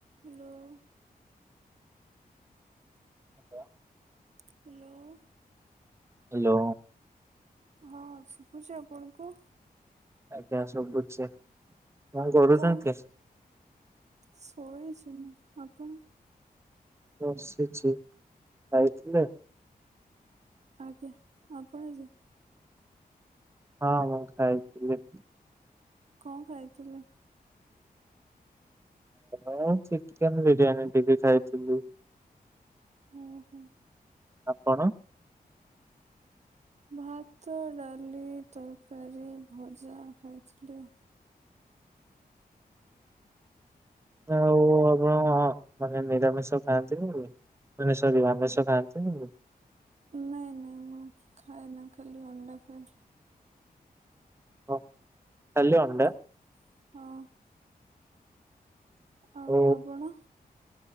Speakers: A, on the right; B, on the right.
A: Hello.
B: ଆଜ୍ଞା <unintelligible>
A: hello.
B: Hello.
A: ହଁ ଶୁଭୁଛି ଆପଣଙ୍କୁ?
B: ଆଜ୍ଞା ସବୁଛି କଣ କରୁଛନ୍ତି?
A: କଣ ଶୋଇଛି ମୁଁ। ଆପଣ?
B: ବସିଛି। ଖାଇଥିଲେ?
A: ଆଜ୍ଞା ଆପଣ ଯେ
B: ହଁ ହ ଖାଇଥିଲି।
A: କ ଖାଇଥିଲେ?
B: ଓ ଚିକେନ ବିରିୟାନୀ ଟିକେ ଖାଇଥିଲି।
A: ଓହୋ।
B: ଆପଣ?
A: ଭାତ, ଡାଲି, ତରକାରୀ, ଭଜା ଖାଇଥିଲି।
B: ଆଉ ଆପଣ ହଁ ମାନେ ନିରାମିଷ ଖାଆନ୍ତି ନି କି ନା ସରି ଆମିଷ ଖାଆନ୍ତିନି କି?
A: ନାଇଁ ନାଇଁ ମୁଁ ଖାଏ ନା ଖାଲି ଅଣ୍ଡା ଖାଏ।
B: ଓ ଖାଲି ଅଣ୍ଡା?
A: ହଁ ହଁ। ଆଉ
B: ଓ
A: ଆପଣ?